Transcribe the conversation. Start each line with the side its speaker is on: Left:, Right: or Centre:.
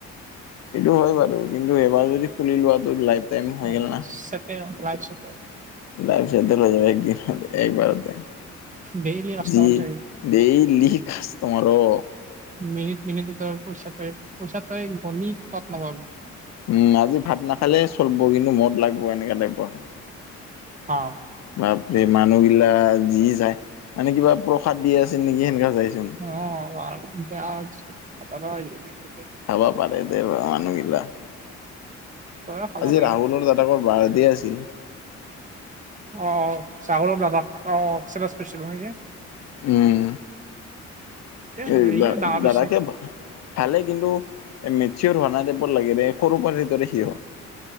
Left: এইটো হয় বাৰু কিন্তু এবাৰ যদি খুলি লোৱাটো লাইফ টাইম হৈ
Right: ভালে
Left: গ'ল
Right: আছে,
Left: না
Right: চেটে লাইফ চেটে
Left: লাইফ ছেটেল হৈ যাব একদিন একবাৰতে
Right: ডেইলি কাষ্টমাৰ
Left: জি
Right: থাকে
Left: দেই লি কাষ্টমাৰ অ
Right: মিনিট মিনিট তই পইচাটো পইচা তই গণী পাত নাপাবি।
Left: উম আজি ভাত নাখালে চলিব কিন্তু মদ লাগব এনেকা টাইপৰ।
Right: আ।
Left: বাপৰে মানুহগিলা যি যায় মানে কিবা প্ৰসাদ দি আছে নেকি সেনেকা যাই চোন।
Right: অ আ বেয়াজ <unintelligible>
Left: খাবা পাৰে দে মানুহগিলা
Right: বেয়া খাব
Left: আজি
Right: লাগে
Left: ৰাহুলৰ দাদাকৰ বাৰ্থডে আছিল।
Right: অ চাহুল দাদা অ <unintelligible> হয়নে
Left: উম।
Right: সিও
Left: এ
Right: ডাঙৰ
Left: দাদাকে
Right: হৈছে,
Left: ভালে কিন্তু মেচিয়ৰ হোৱা নাই টাইপৰ লাগে ৰে- সৰু পাৰে দৰে সি